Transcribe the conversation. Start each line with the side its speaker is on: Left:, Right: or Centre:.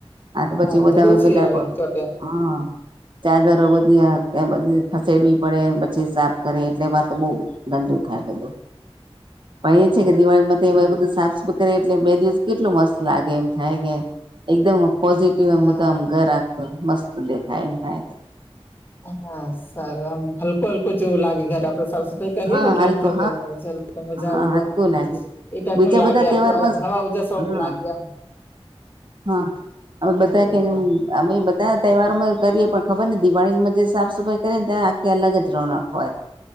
Right: આ તો પછી
Left: હા
Right: બધા
Left: ધૂળું
Right: હવે
Left: છે
Right: પહેલાં
Left: આવે ચોટે
Right: <unintelligible> હા. ચાદરો બધી આ તે બધી ખસેડવી પડે એમ, પછી સાફ કરે, એટલે વા તો બહું ગંદુ થાય બધું. પણ
Left: હમ.
Right: એ છે કે દિવાળીમાં તે બધું સાફ-સફાઈ કરે એટલે બે દિવસ કેટલું મસ્ત લાગે, એમ થાય, કે એકદમ પોઝિટિવ એમ
Left: હા
Right: બધાં આમ ઘર આખું મસ્ત દેખાય એમ થાય.
Left: હા. <unintelligible> હલકું-હલકું જેવું લાગે. ઘર આપણે સાફ સફાઈ કરીએ
Right: હા
Left: ને એટલે
Right: હલકો
Left: એમ થાય, કે હા ચલ <unintelligible> મજા આવી
Right: હા
Left: ગઈ
Right: હલકો
Left: આમ.
Right: લાગે
Left: એ ટાઈપ
Right: બીજા
Left: નું લાગે
Right: બધા
Left: આખું,
Right: તહેવારમાં
Left: હ હવા ઉજાસ <unintelligible>
Right: હા
Left: લાગે એમ.
Right: હા. હવે બધા
Left: બરોબર
Right: કે <unintelligible> અમે બધા તહેવારોમાં કરીએ, પણ ખબર નહીં દિવાળીમાં જે સાફ-સફાઈ કરીએ ને તેની આખી અલગ જ રોનક હોય.